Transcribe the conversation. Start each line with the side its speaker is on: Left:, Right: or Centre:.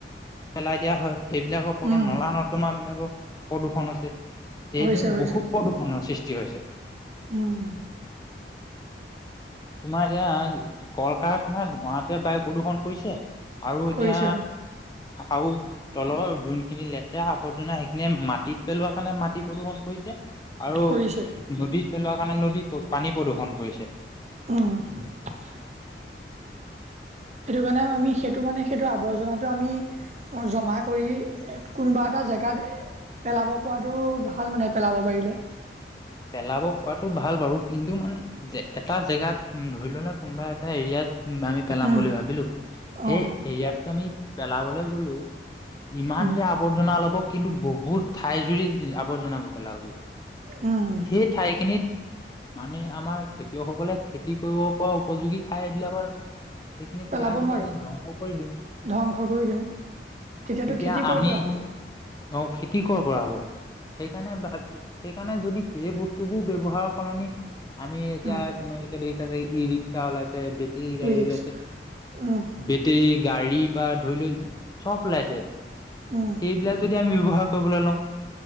Left: পেলাই দিয়া হয় সেইবিলাকৰ পৰা
Right: উম
Left: নলা নৰ্দমা বিলাকৰ প্ৰদূষণ হৈছে
Right: হৈছে
Left: এইদৰে
Right: হৈছে
Left: বহুত প্ৰদূষণৰ সৃষ্টি হৈছে
Right: উম
Left: তোমাৰ এতিয়া কল কাৰখানা ধোঁৱাতে বায়ু প্ৰদূৰ্ষণ কৰিছে আৰু এতিয়া
Right: কৰিছে অ
Left: আৰু তলৰ যোনখিনি লেতেৰা আৱৰ্জনা সেইখিনিয়ে মাটিত পেলোৱা কাৰণে মাটি প্ৰদূষণ। কৰিছে আৰু
Right: কৰিছে
Left: নদী পেলোৱা কাৰণে নদী পানী প্ৰদূ্ষন কৰিছে
Right: অ' সেইটো কাৰণে আমি সেইটো মানে সেইটো আৱৰ্জনাটো আমি জমা কৰি কোনোবা এটা। জেগাত পেলাব পৰাটো ভাল মানে পেলাব পাৰিলে।
Left: পেলাব পৰাতটো ভাল বাৰু কিন্তু মানে এটা জেগাত ধৰি ল ন কোনোবা এটা এৰিয়াত। আমি পেলাম
Right: উম
Left: বুলি ভাবিলো সেই
Right: অ
Left: এয়াত আমি পেলাবলৈ গলো। ইমান
Right: উম
Left: যে আৱৰ্জনা লব কিন্তু বহুত ঠাই জুৰি আৱৰ্জাব পেলাব লাগিব
Right: উম,
Left: সেই ঠাইখিনিত মানে আমাৰ। খেতিয়কসকলে খেতি কৰিব পৰা উপযোগী ঠাই এইবিলাকৰ আমি। সেইখিনি
Right: পেলাব
Left: পেলাই
Right: নোৱাৰো
Left: যদি আমি ধ্বংস কৰি দিওঁ।
Right: ধ্বংস কৰি দিওঁ তেতিয়াতটো
Left: তেতিয়া
Right: খেতি কৰিব
Left: আমি
Right: পৰা হ'ল।
Left: অ' খেতি কৰ পৰা হ'ব সেইকাৰণে ভাবি সেইকাৰণে যদি সেই বস্তু বোৰ ব্যৱহাৰৰ সলনি আমি
Right: অ,
Left: এতিয়া তুমালোকে দেি থাকে ই ৰিক্সা ওলাই। বেটেৰী গাড়ী
Right: ই ৰিক্সা
Left: ওলাইছে
Right: উম,
Left: বেটেৰী। গাড়ী বা ধৰি লও চব ওলাইছে
Right: উম,
Left: সেইবিলাক যদি আমি বব্যৱহাৰ কৰিব লও